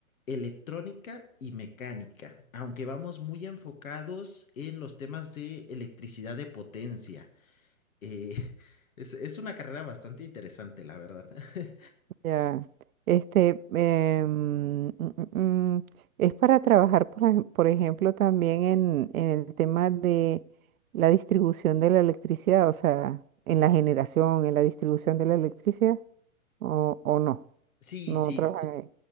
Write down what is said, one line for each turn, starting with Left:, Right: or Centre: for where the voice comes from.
Left: electrónica y mecánica, aunque vamos muy enfocados en los temas de electricidad de potencia. Eh, <laughs> es, es una carrera bastante interesante, la verdad. <laughs>
Right: Ya. Este, em, mm, mm, mm, es para trabajar, por, ej- por ejemplo, también en, en el tema de la distribución de la electricidad, o sea, en la generación, en la distribución de la electricidad, o, o no,
Left: Sí,
Right: no
Left: sí,
Right: trabajan ahí.